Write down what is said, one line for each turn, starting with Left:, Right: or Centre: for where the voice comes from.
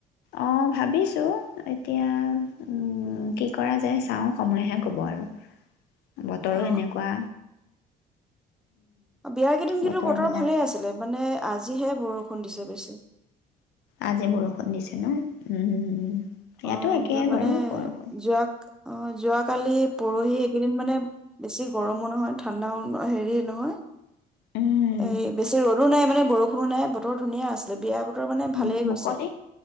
Left: অ ভাবিছো এতিয়া উ কি কৰা যে চাওঁ সময়হে কব আৰু বতৰো
Centre: অ
Left: এনেকুৱা
Centre: বিয়া কেইদিন
Left: বতৰবিলাক
Centre: কিন্তো বতৰ ভালে আছিলে মানে আজি আজিহে বৰষুণ দিছে বেছি
Left: আজি বৰষুণ দিছে ন উম ইয়াতো
Centre: অ
Left: একেই
Centre: য মানে
Left: বাৰু বৰষুণ
Centre: যোৱা অ যোৱাকালি পৰহি কেইদিন মানে বেছি গৰমো নহয় ঠাণ্ডাও হেৰি নহয়
Left: উম
Centre: এই বেছি ৰ'দ ৰ'দো নাইানে বৰষুণো নাই বতৰ ধুনীয়া আছে বিয়া বতৰ মানে
Left: উম,
Centre: ভালেই গৈছে
Left: মুকলি